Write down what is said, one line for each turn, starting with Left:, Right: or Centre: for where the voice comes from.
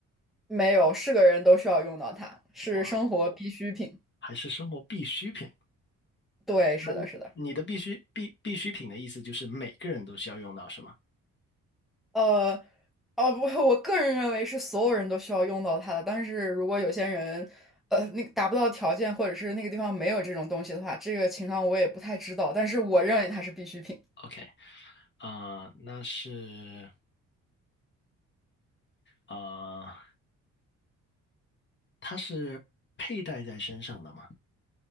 Centre: 没有，是个人都需要用到它，是生活必需品。
Left: 哇，还是生活必需品？
Centre: 对，
Left: 那你你的必需必必需品的意思就是每个人都需要用到，
Centre: 是的，是的。
Left: 是吗
Centre: 呃，哦不，我个人认为是所有人都需要用到它的，但是如果有些人，呃，那个达不到条件，或者是那个地方没有这种东西的话，这个情况我也不太知道，但是我认为它是必需品。
Left: ？OK，啊、那是呃，它是佩戴在身上的吗？